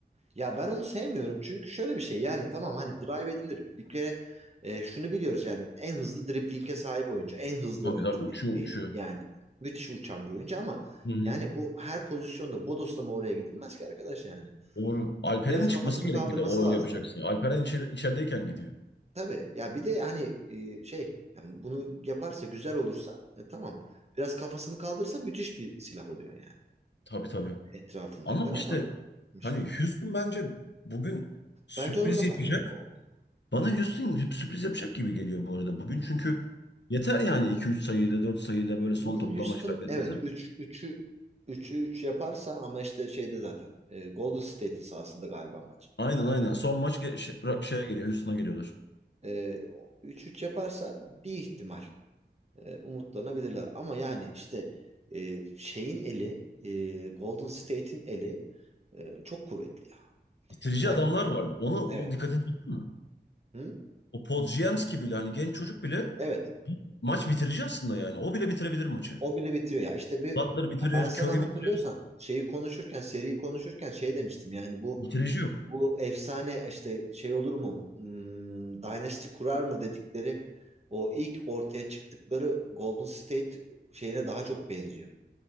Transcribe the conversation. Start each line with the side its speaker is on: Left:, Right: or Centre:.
Right: Ya ben onu sevmiyorum çünkü şöyle bir şey yani tamam hani drive edilir. Bir kere e, şunu biliyoruz yani en hızlı dribling'e sahip oyuncu, en hızlı
Left: Tabii
Right: oyuncu
Left: tabii uçuyor
Right: NBA'in
Left: uçuyor.
Right: yani müthiş uçan bir oyuncu ama
Left: Hı hı.
Right: yani bu her pozisyonda bodoslama oraya gidilmez ki arkadaş yani.
Left: Doğru. Alperen'in
Right: Biraz
Left: çıkması
Right: kafasını
Left: gerek
Right: kaldırması
Left: bir de. O
Right: lazım.
Left: öyle yapacaksın. Alperen içeri, içerideyken gidiyor.
Right: Tabii ya bir de hani e, şey yani bunu yaparsa güzel olursa e, tamam. Biraz kafasını kaldırırsa müthiş bir silah oluyor yani
Left: Tabii tabii.
Right: etrafındakiler
Left: Ama işte
Right: ama işte
Left: hani Houston bence bugün sürpriz
Right: bence onun da
Left: yapacak.
Right: fark ediyor.
Left: Bana Houston sü- sürpriz yapacak gibi geliyor bu arada. Bugün çünkü yeter yani iki üç sayıyla 4 sayıyla böyle
Right: Bugün
Left: son topla
Right: Houston
Left: maç kaybetmesi.
Right: evet 3 üçü 3'ü 3 yaparsa ama işte şeyde zaten e, Golden State'in sahasında galiba maç.
Left: Aynen aynen. Son maç ge- şey- şeye geliyor. Houston'a geliyorlar.
Right: E, üç 3 yaparsa bir ihtimal e, umutlanabilirler ama yani işte e, şeyin eli e, Golden State'in eli e, çok kuvvetli ya.
Left: Bitirici
Right: Yani
Left: adamlar var. Onu o
Right: evet.
Left: dikkatini çekti mi?
Right: Hı?
Left: O Podziemski bile hani genç çocuk bile
Right: Evet.
Left: bir- maç bitirici aslında yani. O bile bitirebilir maçı.
Right: O bile bitiyor ya. İşte bir
Left: Butler bitirir,
Right: ya ben sana
Left: Curry
Right: hatırlıyorsan
Left: bitirir.
Right: şeyi konuşurken seriyi konuşurken şey demiştim yani bu
Left: Bitirici yok.
Right: Bu efsane işte şey olur mu? Hmm, Dynasty kurar mı dedikleri o ilk ortaya çıktıkları Golden State şeyine daha çok benziyor.